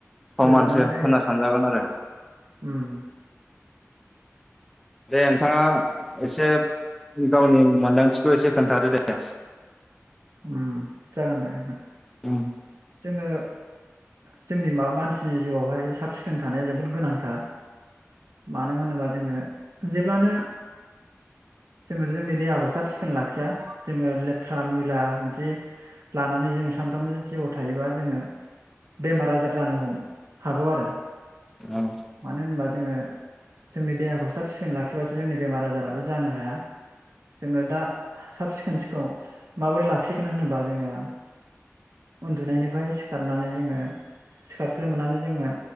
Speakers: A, in the centre; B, on the right (about 85°).
A: समानसो
B: रुजुनाय जायो
A: होनना
B: आरो
A: सानजागोन आरो।
B: उम
A: दे नोंथाङा एसे गावनि मोनदांथिखौ एसे खोनथादो दे।
B: उम जागोन दे नों
A: उम।
B: जोङो जोंनि माबा मानसिनि जिउआवहाय साब सिखोन थानाया जोबोद गोनांथार। मानो होनोबा जोंङो जेब्लानो जोंङो जोंनि देहाखौ साब सिखोन लाखिया जोंङो लेथ्रा मैला बिदि लानानै जोंङो सामफ्रामबो जिउआव थायोबा जोंङो बेमार आजार जानो हम हागौ आरो
A: औ
B: मानो होनबा जोङो जोंनि देहाखौ साब सिखोन लाखिबासो जोंनि बेमार आजाराबो जानो हाया। जोंङो दा साब सिखोन सिखौ माबोरै लाखिगोन होनोबा जोंङो उन्दुनायनिफ्राय सिखारनानै जोंङो सिखारग्रो मोनानो जोङो